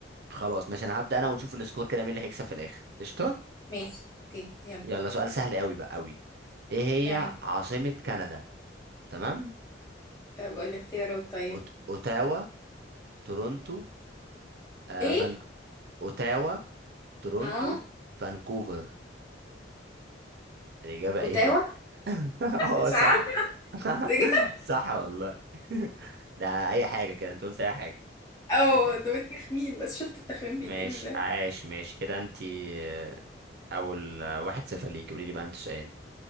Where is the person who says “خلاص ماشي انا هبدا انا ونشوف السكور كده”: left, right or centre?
Right